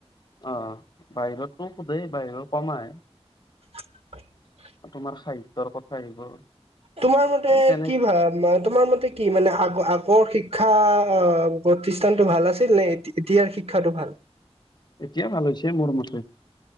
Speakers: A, on the left; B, on the right.
A: অ বাহিৰটো সোধেই বাহিৰত কম আহে।
B: <inaudible>
A: তোমাৰ সাহিত্যৰ কথা আহিব।
B: তোমাৰ মতে
A: এই তেনে
B: কি ভ তোমাৰ মতে কি মানে আগ আগৰ শিক্ষা আ প্ৰতিষ্ঠানটো ভাল আছিল নে এতিয়াৰ শিক্ষাটো ভাল?
A: এতিয়া ভাল হৈছে মোৰ মতে।